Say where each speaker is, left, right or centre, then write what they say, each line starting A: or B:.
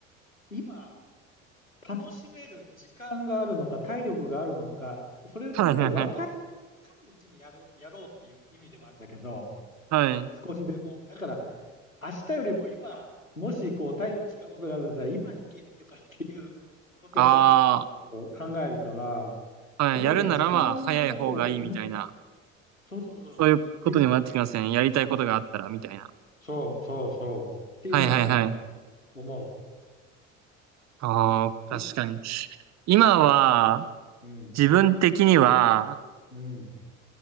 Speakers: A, on the left; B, on the right.
A: 今、楽しめる時間があるのか、体力があるのか、それってこう、
B: はいはいはい。
A: 若い、若いうちにやろう、やろうっていう意味でもあるんだけど、
B: はい。
A: 少しでも。だから、明日よりも今、もしこう、体力使うことがあるんだったら、今行けとかっていうことをよくこう、
B: ああ。
A: 考えるから、
B: はい、
A: すごいね、
B: やるならまあ、
A: 時間のこと、
B: 早い方がいいみたいな。
A: うん、そうそうそうそう、
B: そういうことにもなってきますね。
A: っていうのをね、
B: やりたいことがあったら、みたいな。
A: そう、そう、そう。っていうのはね、
B: はいはいはい。
A: 思
B: ああ、確かに。
A: う。い、
B: 今は、
A: うん、
B: 自分的には、
A: うん。